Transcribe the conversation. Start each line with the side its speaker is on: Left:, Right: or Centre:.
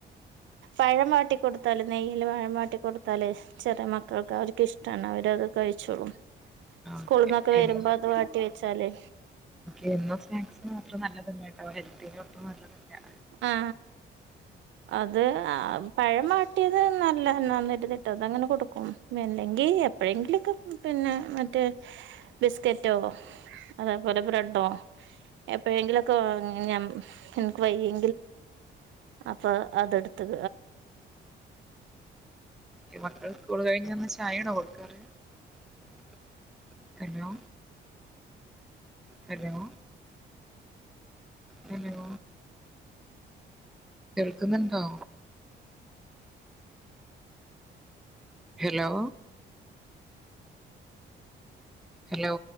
Right: പഴം വാട്ടി കൊടുത്താല് നെയ്യില് പഴം വാട്ടി കൊടുത്താല് ചെറിയ മക്കൾക്ക് അവർക്ക് ഇഷ്ട കാരണം അവരത് കഴിച്ചോളും
Centre: ആ,
Right: സ്കൂളിന്നൊക്കെ
Centre: ഓക്കെ
Right: വരുമ്പോ
Centre: എന്നും
Right: അത് വാട്ടി വെച്ചാല്
Centre: ഓക്കെ എന്നും സ്നാക്സ് അത്ര നല്ലതല്ല ട്ടോ ഹെൽത്തിന് ഒട്ടും നല്ലതല്ല
Right: ആ ആ അ അത് ആ പഴം വാട്ടിയത് നല്ല എന്നന്നരുതിട്ടത് അങ്ങനെ കൊടുക്കും മെല്ലെ ഗി എപ്പോഴെങ്കിലുമോക്കെ പിന്നെ മറ്റേ ബിസ്കറ്റോ അതേപോലെ ബ്രെഡോ എപ്പഴെങ്കിലുമോക്കെ ഞാ എനിക്ക് വയ്യേ അപ്പൊ അതെടുത്ത്
Centre: മക്കൾ സ്കൂളു കഴിഞ്ഞ് വന്നാ ചായാണോ കൊടുക്കാറ് <unintelligible> ഹലോ ഹലോ ഹലോ കേൾക്കുന്നുണ്ടോ ഹലോ ഹലോ